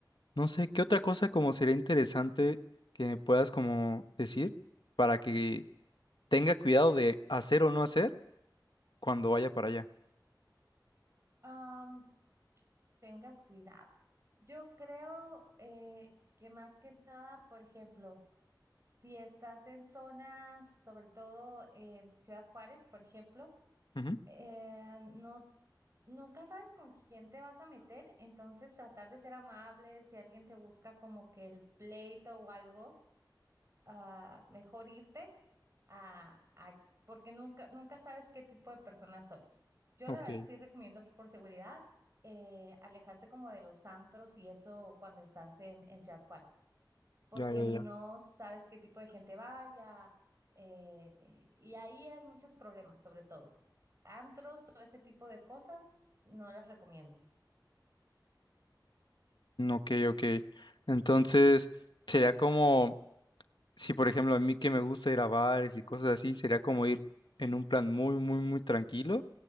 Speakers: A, on the left; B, on the right.
A: no sé, ¿qué otra cosa como sería interesante que me puedas como decir para que tenga cuidado de hacer o no hacer cuando vaya para allá?
B: Am, tengas cuidado. Yo creo eh, que más que nada, por ejemplo, si estás en zonas, sobre todo en Ciudad Juárez, por ejemplo,
A: Ujú,
B: eh, no, nunca sabes con quién te vas a meter, entonces tratar de ser amable, si alguien te busca como que el pleito o algo, ah, mejor irte a, a- porque nunca, nunca sabes qué tipo de personas son. Yo
A: Ok,
B: la verdad sí recomiendo por seguridad eh, alejarse como de los antros y eso cuando estás en, en Ciudad Juárez porque
A: ya, ya,
B: no
A: ya.
B: sabes qué tipo de gente vaya, eh, y ahí hay muchos problemas, sobre todo. Antros, todo ese tipo de cosas, no las recomiendo.
A: Ok, ok. Entonces, sería como, si por ejemplo a mí que me gusta ir a bares y cosas así, sería como ir en un plan muy, muy, muy tranquilo,